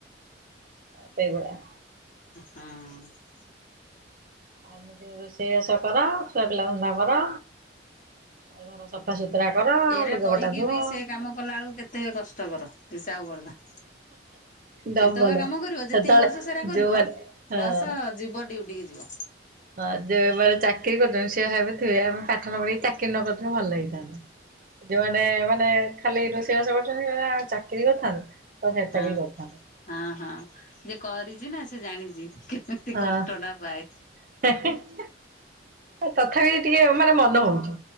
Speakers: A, on the right (about 45°); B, on the left (about 40°).
A: ସେଇ ଭଳିଆ।
B: ହୁଁ।
A: ଆଉ ଏମିତି ରୋଷେଇ ବାଷ କର ଛୁଆ ପିଲା ଧନ୍ଧା କର। ଆଉ ଘର ସଫାସୁତୁରା କର
B: ଏଇରା
A: ଲୁଗା
B: କରିକି
A: ପଟା ଧୁଅ।
B: ବି ସେ କାମ କଲା ଆଳକୁ କେ କେତେ କଷ୍ଟକର ହିସାବ କରୁଥାଅ।
A: ଡବଲ।
B: ଏତକା କାମ କରିବ
A: ସେତେବେଳେ
B: ଯେତିକି କରୁଚ ସେଟା କରିବ।
A: ଯୋଉମାନେ ହଁ
B: ପ୍ଲସ ଯିବ ଡିୟୁଟିକି ଯିବ।
A: ହଁ ଯେଉଁ ଏବାର ଚାକିରି କରୁଛନ୍ତି ସେ ଭାବି ଥିବେ, ଆମେ ପାଠ ନ ପଢିକି ଚାକିରି ନ କରିଥିଲେ ଭଲ ହେଇଥାନ୍ତା। ଯୋଉମାନେ ମାନେ ଖାଲି ରୋଷେଇବାସ କରୁଛନ୍ତି <unintelligible> ଚାକିରି କରିଥାନ୍ତୁ। ତ ସେଟା
B: ହଁ-
A: ବି କରିଥାନ୍ତୁ।
B: ହଁ- ହଁ ଯିଏ କରିଚି ନା ସେ ଜାଣିଚି। ସେ
A: ହଁ
B: କଷ୍ଟଟା ପାଏ।
A: <unintelligible> ତଥାପି ଟିକେ ମାନେ ମନେ ହଉଚି,